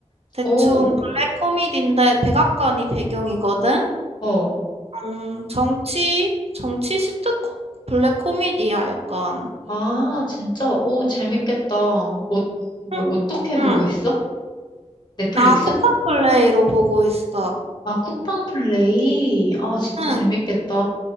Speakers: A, on the right; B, on the left.
A: 대충
B: 오,
A: 블랙 코미디인데 백악관이 배경이거든.
B: 어.
A: 음, 정치, 정치 시트콤? 블랙 코미디야, 약간.
B: 아, 진짜? 오, 재밌겠다. 어, 뭐,
A: 응,
B: 어떻게 보고
A: 응.
B: 있어? 넷플릭스?
A: 나 쿠팡 플레이로 보고 있어.
B: 아, 쿠팡 플레이? 아, 진짜
A: 응,
B: 재밌겠다.